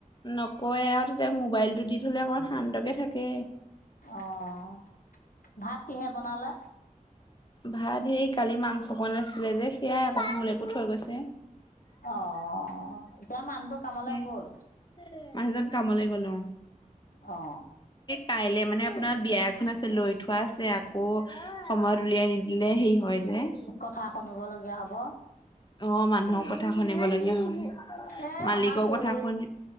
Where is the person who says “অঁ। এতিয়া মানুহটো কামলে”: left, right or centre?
Left